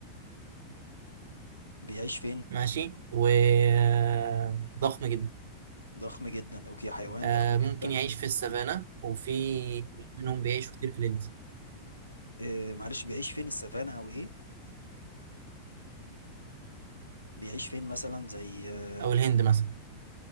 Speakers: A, on the left; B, on the right.
A: بيعيش فين
B: ماشي وضخم جدا
A: ضخم جدا أوكي حيوان
B: آه
A: ضخم جدا
B: ممكن يعيش في السافانا وفي منهم بيعيشوا كتير في الهند
A: آه، معلش بيعيش فين السافانا او ايه بيعيش فين مثلا زي آه،
B: او الهند مثلا